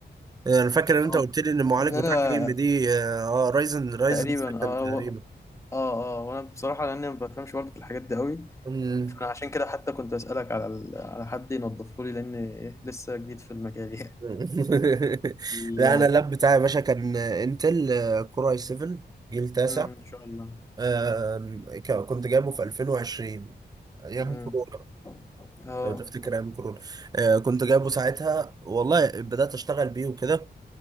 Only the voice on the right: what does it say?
انا فاكر ان انت
قلت لي ان المعالج
بتاعك اي ام دي اه رايزن رايزن
7
تقريبا
مم.
<laughs>
لا انا اللاب بتاعي يا باشا كان انتل كور اي 7 جيل تاسع
آم، ك- كنت جايبه في 2020 ايام
كورونا
لو تفتكر ايام كورونا آه، كنت جايبه ساعتها والله بدأت اشتغل بيه وكده